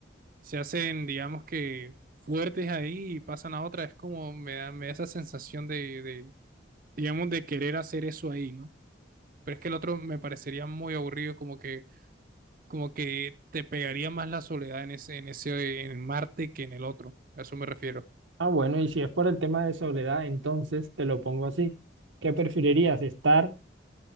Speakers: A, on the right; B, on the right.
A: se hacen, digamos que fuertes ahí y pasan a otra, es como me da, me da esa sensación de, de, digamos, de querer hacer eso ahí, ¿no? Pero es que el otro me parecería muy aburrido, como que como que te pegaría más la soledad en ese, en ese, en Marte que en el otro. A eso me refiero.
B: Ah, bueno, y si es por el tema de soledad, entonces te lo pongo así. ¿Qué preferirías? ¿Estar